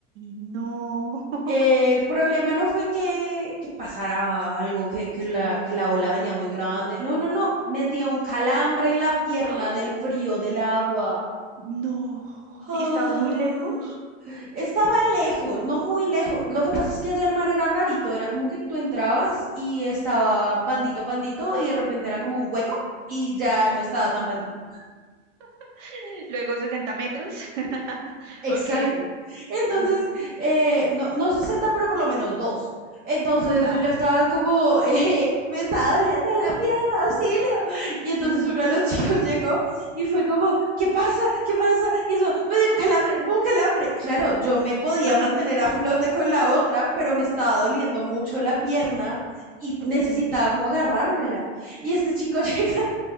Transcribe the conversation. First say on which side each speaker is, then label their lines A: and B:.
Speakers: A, on the right; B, on the right.
A: no. <laughs>
B: El problema no fue que, que pasara algo, que, que, la, que la ola venía muy grande. No, no, no. Me dio un calambre en la pierna
A: <gasps> ¡Ah!
B: del frío, del agua.
A: No.
B: Ah.
A: ¿Y estabas muy lejos?
B: Estaba lejos, no muy lejos. Lo que pasa es que allá el mar era rarito, era como que tú entrabas y estaba pandito, pandito, y de repente era como un hueco y ya no estaba tan pandito.
A: <laughs> Luego 60 metros. <laughs>
B: Exacto.
A: Ok.
B: Entonces,
A: Ajá.
B: eh, no, no 60, pero por lo menos dos. Entonces
A: Ah.
B: yo ya estaba como, <laughs> eh, me estaba doliendo la pierna, auxilio. Y entonces
A: ujú.
B: uno de los <laughs> chicos llegó y fue como, ¿qué pasa? ¿Qué pasa? Y eso, me dio un calambre, un calambre. Claro, yo me podía
A: <laughs>
B: mantener a flote con la otra, pero me estaba doliendo mucho la pierna y
A: Ok.
B: necesitaba como agarrármela. Y este chico <laughs> llega